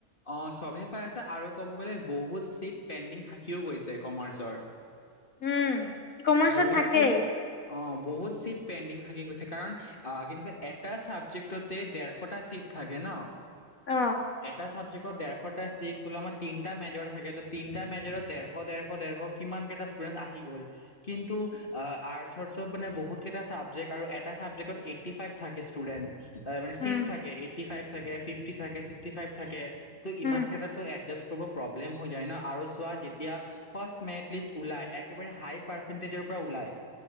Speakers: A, on the left; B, on the left.
A: অ চবে পাই আছে আৰু ক'ব গ'লে বহুত চিট পেণ্ডিং থাকিও গৈছে, ‌ কমাৰ্চৰ।
B: উম। কমাৰ্চত
A: বহুত
B: থাকেই
A: চিট, অ বহুত চিট পেণ্ডিং থাকি গৈছে কাৰণ, আহ কিন্তু এটা চাবজেক্টতে ডেৰশটা চিট থাকে ন।
B: অ
A: এটা চাবজেক্ট শ ডেৰশটা ছিটতো আমাৰ তিনিটা মেজৰ থাকে, ত' তিনিটা মেজৰত দেৰশ ডেৰশ- ডেৰশ কিমান কেইটা ষ্টুডেন্ট আহি গ'ল। কিন্তু আ আৰ্টছৰ আৰ্টছত মানে বহুত কেইটা ছাবজেক্ট আৰু এটা চাবজেক্টত এইটি ফাইভ থাকে ষ্টুডেণ্টচ। তাৰে মানে চিট
B: উম
A: থাকে, এইটি ফাইভ থাকে ফিফটি থাকে, ছিক্সটি ফাইভ থাকে। ত'
B: উম
A: ইমান কেইটাটো এডজাচ হ'ব প্ৰব্লেম হৈ যায় ন আৰু চোৱা যেতিয়া ফাৰ্ষ্ট মেৰিট লিস্ত ওলাই, একেবাৰে হাই পাৰ্চেণ্টেজৰ পৰা ওলায়।